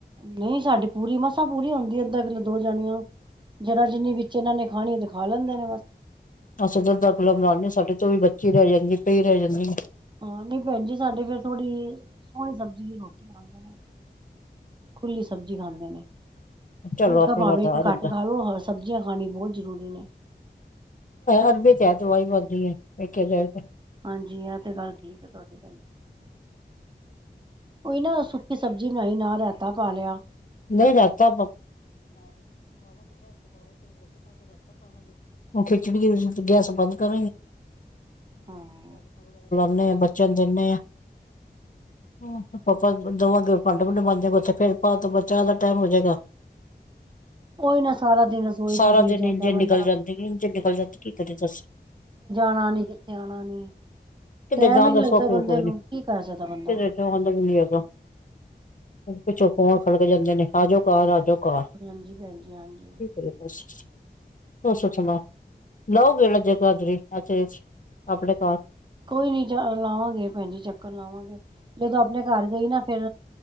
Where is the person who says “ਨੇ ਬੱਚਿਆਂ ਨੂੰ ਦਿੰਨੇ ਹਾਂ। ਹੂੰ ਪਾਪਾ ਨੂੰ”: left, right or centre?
Left